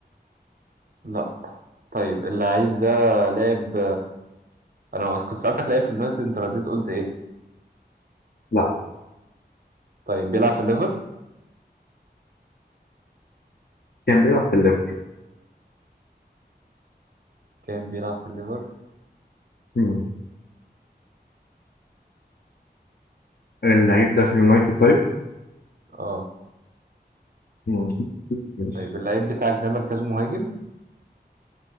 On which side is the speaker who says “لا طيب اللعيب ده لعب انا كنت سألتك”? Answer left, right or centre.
Right